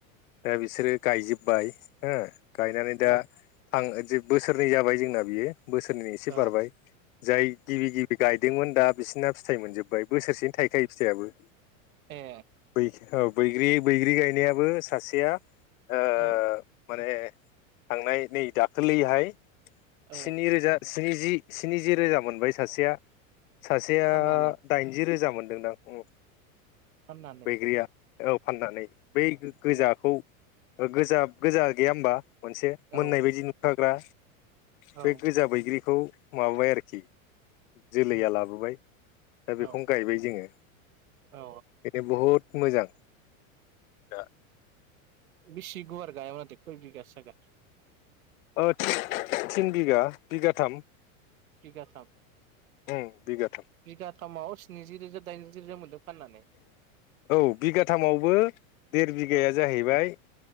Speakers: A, on the left; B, on the right.
A: दा बिसोरो गायजोबबाय। हो गायनानै दा
B: औ
A: थां जेबो बोसोरनै जाबाय जोंना बियो। बोसोरनै एसे
B: ओ
A: बारबाय जाय गिबि गिबि गाइद दोंमोन दा बिसिना फिथाइ मोनजोब बाय बोसोरसेनो थायखायो फिथाइयाबो
B: ए
A: <unintelligible> बैग्रि बैग्रि गायनायाबो सासेया ओ
B: औ
A: माने थांनाय नै दाखोलैहाय
B: औ
A: स्नि रोजास स्निजि स्निजि रोजा मोनबाय सासेया सासेया
B: फाननानै
A: दाइनजि रोजा मोन दोंदां उम
B: फाननानै
A: बैग्रिया औ फाननानै बै गोग गोजाखौ
B: ए
A: गोजा गोजा गैया होमबा मोनसे मोननाय
B: औ
A: बायदि नुखाग्रा
B: औ
A: बे गोजा बैग्रिखौ माबाबाय आरो जि जोलैया
B: उम
A: लाबोबाय दा
B: औ
A: बेखौनो गायबाय जोङो
B: औ
A: बेनो बहुद मोजां दा
B: बेसि गुवार गाया खै बिगासो जागोन
A: ओ थिन बिगा बिगाथाम
B: बिगाथाम
A: ओम बिगा
B: बिगाथामाव स्निजि रोजा दाइन जि रोजा मोन्दों फाननानै
A: औ बिगाथामावबो देर बिघाया
B: औ
A: जाहैबाय